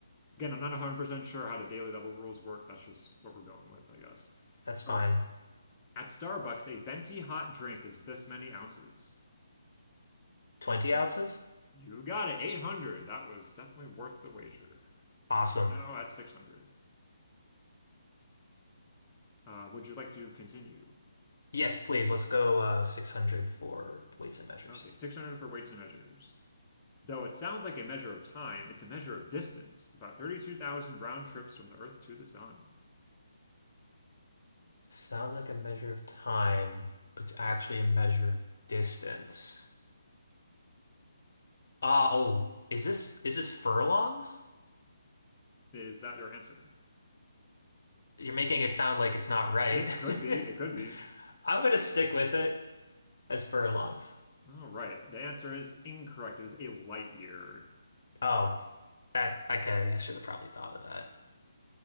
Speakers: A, on the left; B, on the left.
A: Again, I'm not 100% sure how the daily double rules work. That's just what we're going with, I guess.
B: That's fine.
A: All right. At Starbucks, a venti hot drink is this many ounces.
B: 20 ounces?
A: You got it, 800. That was definitely worth the wager.
B: Awesome.
A: We're now at 600. Uh, would you like to continue?
B: Yes, please. Let's go uh, 600 for the weights and measures.
A: Okay, 600 for weights and measures. Though it sounds like a measure of time, it's a measure of distance, about 32,000 round trips from the Earth to the Sun.
B: It sounds like a measure of time, but it's actually a measure of distance. Ah, oh, is this is this furlongs?
A: Is that your answer?
B: You're making it sound like it's not right.
A: It could be,
B: <laughs>
A: it could be.
B: I'm gonna stick with it as furlongs.
A: All right, the answer is incorrect. It is a light year.
B: Oh, that okay. I should have probably thought of that.